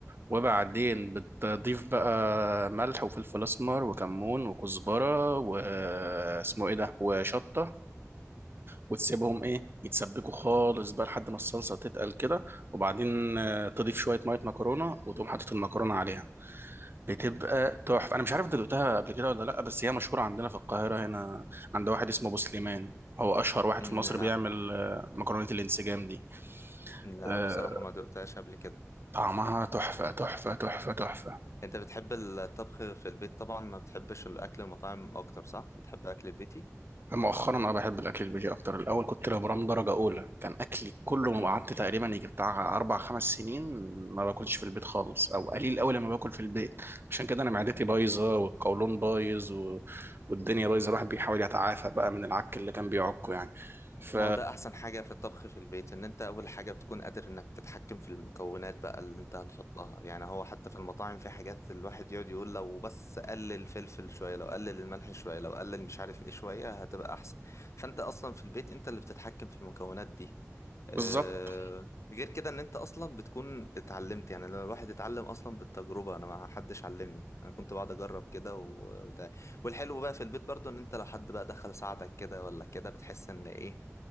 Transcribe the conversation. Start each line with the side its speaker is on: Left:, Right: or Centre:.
Right: وبعدين بتضيف بقى ملح وفلفل أسمر وكمون وكزبرة واسمه إيه ده وشطة وتسيبهم إيه يتسبكوا خالص بقى لحد ما الصلصة تتقل كده وبعدين آه، تضيف شوية مية مكرونة وتقوم حاطط المكرونة عليها بتبقى تحفة أنا مش عارف أنت دقتها قبل كده ولا لأ بس هي مشهورة عندنا في القاهرة هنا عند واحد اسمه أبو سليمان هو أشهر واحد
Left: امم
Right: في مصر
Left: لا
Right: بيعمل آه، مكرونة الانسجام دي
Left: لا
Right: آه،
Left: بصراحة ما دقتهاش قبل كده
Right: طعمها تحفة تحفة تحفة تحفة
Left: انت بتحب الطبخ في البيت طبعا ما بتحبش الاكل المطاعم اكتر صح بتحب اكل البيتي
Right: مؤخرا أنا بحب الأكل البيتي أكتر الأول كنت لبرام درجة أولى كان أكلي كله ما
Left: امم
Right: قعدت تقريبا يجي بتاع أربع خمس سنين ما باكلش في البيت خالص أو قليل أوي لما باكل في البيت عشان كده أنا معدتي بايظة والقولون بايظ و... والدنيا بايظة الواحد بيحاول يتعافى بقى من العك اللي كان بيعكه يعني ف
Left: ما هو ده احسن حاجه في الطبخ في البيت ان انت اول حاجه بتكون قادر انك تتحكم في المكونات بقى اللي انت هتحطها يعني هو حتى في المطاعم في حاجات الواحد يقعد يقول لو بس قلل الفلفل شويه لو قلل الملح شويه لو قلل مش عارف ايه شويه هتبقى احسن فانت اصلا في البيت انت اللي بتتحكم في المكونات دي آه،
Right: بالظبط
Left: غير كده ان انت اصلا بتكون اتعلمت يعني لما الواحد اتعلم اصلا بالتجربه انا ما حدش علمني انا كنت بقعد اجرب كده وبتاع والحلو بقى في البيت برضو ان انت لو حد بقى دخل ساعدك كده ولا كده بتحس ان ايه